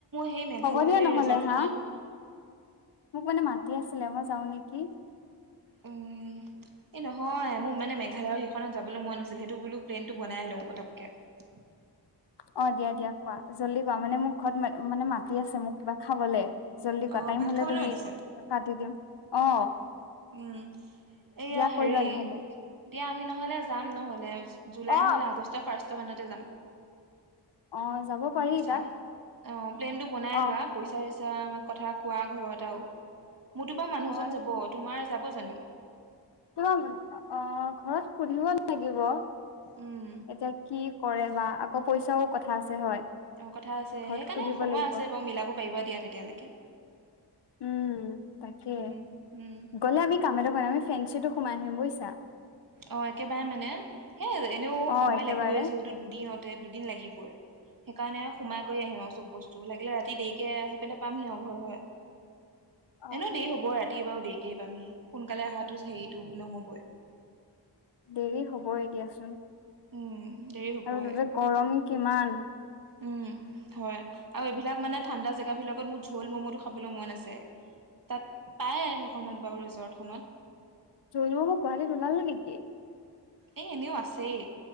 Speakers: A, on the right; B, on the left.
A: সেই মেঘালয়
B: হ'ব দিয়া
A: সেই
B: নহ'লে
A: ৰিজৰ্টখনত
B: হা। মোক মানে মাতি আছিলে মই যাওঁ নেকি।
A: উহ। এই নহয় মোৰ মানে মেঘালয়ৰ সেইখনত যাবলৈ মন আছিল সেইটো বোলো প্লেনটো বনাই লওঁ পটককে। <unintelligible>
B: <inaudible> অঁ দিয়া দিয়া কোৱা জল্দি কোৱা মানে মোক ঘত মানে মাতি আছে মোক কিবা খাবলে। জল্দি কোৱা
A: অ'
B: টাইম
A: ভাত
B: হলে
A: খাবলৈ
B: তুমি
A: মাতিছে?
B: কাটি দিম অ।
A: উম! এইয়া
B: দিয়া কৈ
A: হেৰি।
B: লোৱা নহ'লে
A: দিয়া আমি নহ'লে যাম নহ'লে জুলাই
B: অ
A: নহ'লে আগষ্ট ফাৰ্ষ্ট মানতে যাম।
B: অ যাব পাৰি
A: বুইছা
B: তাত
A: অঁ প্লেন টো বনাই
B: অ
A: লোৱা পইচাইচ আ কথা কোৱা ঘৰত আও মোৰতো বা মানুহজন
B: অ
A: যাব। তোমাৰ যাব জানো?
B: তোমা অ ঘৰত সুধিব লাগিব। এতিয়া
A: উম
B: কি কৰে বা আকৌ পইচাও কথা আছে হয়।
A: তেওঁ কথা আছে
B: ঘৰত
A: সেইকাণে
B: সুধিব
A: সময়
B: লাগিব
A: আছে বাও মিলাব পাৰিবা দিয়া তেতিয়ালেকে।
B: উম তাকে
A: উম উম
B: গ'লে আমি কাম এটা কৰিম আমি ফেঞ্চিটো সোমাই আহিম বুইছা।
A: অঁ একেবাৰে মানে সেই এনেও
B: অ
A: সময়
B: একেবাৰে
A: লাগিবই যিহেতু, দুদিনতে দুদিন লাগিবই। সেইকাৰণে সোমাই কৰি আহিম আৰু চব বস্তু লাগিলে ৰাতি দেৰিকে আহি পেলো পামহি আও ঘৰ হয়।
B: অ
A: এনেও দেৰি হ'বই ৰাতি বাও দেৰিকেই পামহি সোনকালে অহাটো হেয়িটো নহবই।
B: দেৰি হব এ দিয়াচোন
A: উম দেৰি হ'বই
B: আৰু তাতে গৰম কিমান।
A: উম হয়। আৰু এইবিলাক মানে ঠাণ্ডা জেগাবিলাকত মো জো ভুল ম'ম'টো খাবলৈ মন আছে। তাত পায় সেইখনত বাৰু ৰিজৰ্টখনত।
B: জুনু গুৱাহাটীত ওলালে নেকি?
A: এই এনেও আছেই।